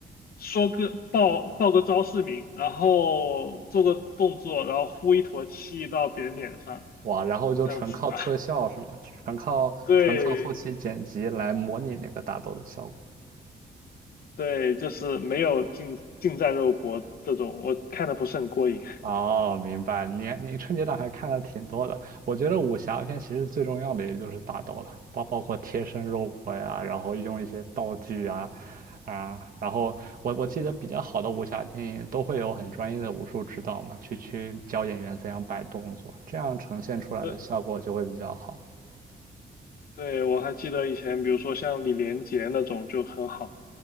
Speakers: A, on the left; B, on the right.
A: 说个报报个招式名，然后做个动作，然后呼一坨气到别人脸上，
B: <laughs> 哇，然后就纯靠特效是吗？
A: 这样子打。<laughs>
B: 纯靠纯靠后期剪辑来模拟那个打斗的效果。
A: 对对，就是没有近近战肉搏这种，我看的不是很过瘾。
B: 哦，明白。你你春节档还看了挺多的。我觉得武侠片其实最重要的也就是打斗了，包包括贴身肉搏呀，然后用一些道具啊啊。然后我我记得比较好的武侠电影都会有很专业的武术指导嘛，去去教演员怎样摆动作，这样呈现出来的效果就会比较好。
A: 呃，对，我还记得以前，比如说像李连杰那种就很好，